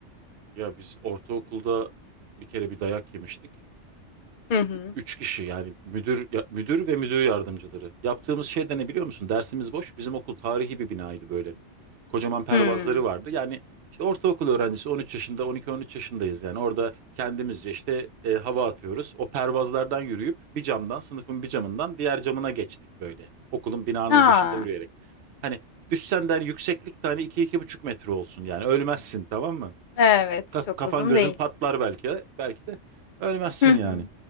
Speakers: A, on the right; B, on the left.
A: Ya biz ortaokulda bir kere bir dayak yemiştik.
B: <laughs> Hı hı.
A: Ü- Üç kişi yani müdür ya- müdür ve müdür yardımcıları. Yaptığımız şey de ne biliyor musun? Dersimiz boş. Bizim okul tarihi bir binaydı böyle. Kocaman pervazları
B: Hmm.
A: vardı. Yani işte ortaokul öğrencisi 13 yaşında 12-13 yaşındayız yani. Orada kendimizce işte e, hava atıyoruz. O pervazlardan yürüyüp bir camdan sınıfın bir camından diğer camına geçtik böyle. Okulun binanın
B: Aa,
A: dışında yürüyerek. Hani düşsen de hani yükseklik tane iki iki buçuk metre olsun yani ölmezsin tamam mı?
B: evet
A: Kaf-
B: çok
A: Kafan
B: uzun
A: gözün
B: değil.
A: patlar belki. de, Belki de ölmezsin
B: Hı
A: yani.
B: hı.